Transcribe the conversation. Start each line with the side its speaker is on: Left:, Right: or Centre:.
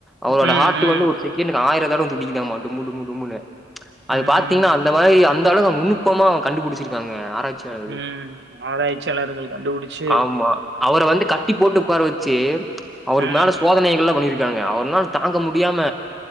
Centre: அவரோட
Right: ம்
Centre: ஹார்ட்
Right: ம்
Centre: வந்து ஒரு செகன்டுக்கு ஆயிரம் தடவ துடிக்குதாம்மா டுமு டுமு டுமுனு
Right: ம்
Centre: அது பாத்தீங்கன்னா அந்த மாதிரி அந்த அளவுக்கு நுணுப்பமா கண்டுபிடிச்சிருக்காங்க ஆட்சியாளர்கள்
Right: ம் ஆராய்ச்சியாளர்கள் கண்டுபிடிச்சு
Centre: ஆமா அவரை வந்து கட்டி போட்டு உட்கார வச்சி ச்சு அவருக்கு
Right: ம்
Centre: மேல
Right: ம்
Centre: சோதனைகள் எல்லாம் பண்ணிருக்காங்க அவர்னால தாங்க முடியாம